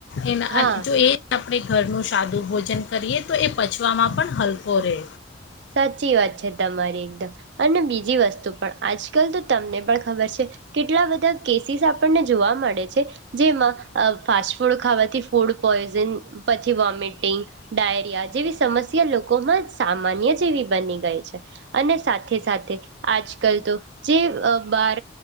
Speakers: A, on the left; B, on the right.
A: એના
B: હા
A: એને જો એ આપણે ઘર <unintelligible> સાદું ભોજન કરીએ તો એ પચવામાં પણ હલકો રહે
B: સાચી વાત છે તમારી એકદમ અને બીજી વસ્તુ પણ આજકાલ તો તમને પણ ખબર છે કેટલા બધા કેસીસ આપણને જોવા મળે છે જેમાં ફાસ્ટ ફૂડ ખાવાથી ફૂડ પોઈઝન પછી વોમિટ ડાયરિયા જેવી સમસ્યા લોકોમાં સામાન્ય જેવી બની છે અને સાથે સાથે આજકાલ તો જે અ બાર